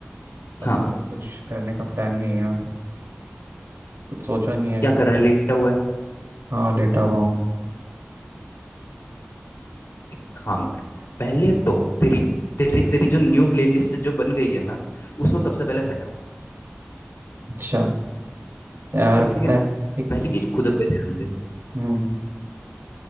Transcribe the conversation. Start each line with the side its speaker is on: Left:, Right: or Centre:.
Right: अभी
Left: हाँ
Right: तो कुछ करने का प्लान नहीं है कुछ सोचा नहीं है
Left: क्या कर रहा है लेटा हुआ है
Right: हाँ लेटा हुआ हूँ
Left: एक काम कर पहले तो तेरी तेरी तेरी जो न्यू प्लेलिस्ट जो बन गई है ना उसको सबसे पहले हटा
Right: अच्छा यार
Left: ठीक
Right: पता
Left: है
Right: है एक
Left: पहली चीज खुद पे ध्यान दे
Right: हम्म